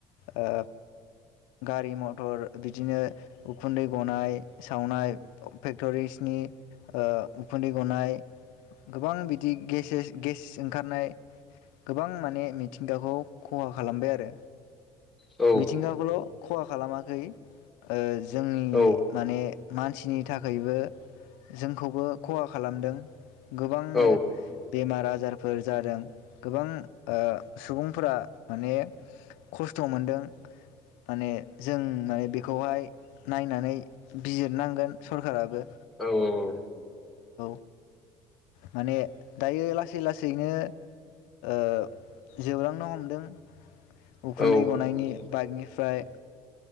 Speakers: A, on the left (about 80°); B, in the centre.
A: ओ गारि मथर बिदिनो उखुन्दै गनाय सावनाय फेक्टरिसनि ओ उखुन्दै गनाय गोबां बिदि गसेस गेस ओंखारनाय गोबां माने मिथिंगाखौ खहा खालामबाय आरो
B: औ
A: मिथिंगा खल' खहा खालामाखै ओ जोंनि
B: औ
A: माने मानसिनि थाखोयबो जोंखौबो खहा खालामदों गोबांनो
B: औ
A: बेमार आजारफोर जादों गोबां ओ सुबुंफोरा माने खस्थ' मोनदों माने जों माने बेखौहाय नायनानै बिजिरनांगोन सरखाराबो
B: औ औ औ
A: औ माने दायो लासै लासैनो ओ जोबलांनो हमदों उखुन्दै
B: औ
A: गनायनि बाइकनिफ्राय